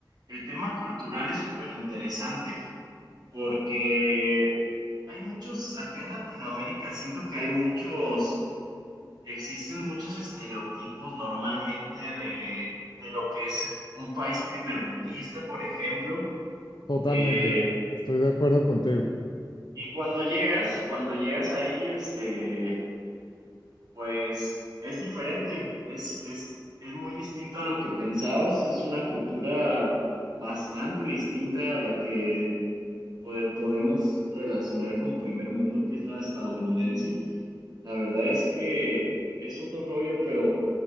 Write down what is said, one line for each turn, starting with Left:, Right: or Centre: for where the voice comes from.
Right: el tema cultural es súper interesante porque hay muchos, acá en Latinoamérica siento que hay muchos, existen muchos estereotipos normalmente de, de lo que es un país primermundista, por ejemplo.
Left: Totalmente.
Right: Eh,
Left: Estoy de acuerdo contigo.
Right: y cuando llegas, cuando llegas ahí, este... Pues es diferente, es, es, es muy distinto a lo que pensabas, es una cultura bastante distinta a la que po- podemos relacionar con primer mundo, que es la estadounidense. La verdad es que es otro rollo, pero